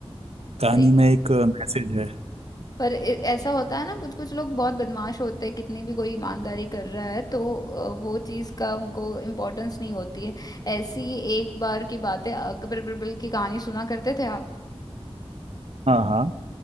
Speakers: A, on the right; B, on the left.
A: कहानी
B: सही बात
A: में एक
B: है
A: मैसेज है
B: पर ए- ऐसा होता है ना कुछ कुछ लोग बहुत बदमाश होते हैं कितनी भी कोई ईमानदारी कर रहा है तो अ, वो चीज का उनको इम्पोर्टेंस नहीं होती है ऐसी एक बार की बात है अकबर बिरबल की कहानी सुना करते थे आप
A: हाँ हाँ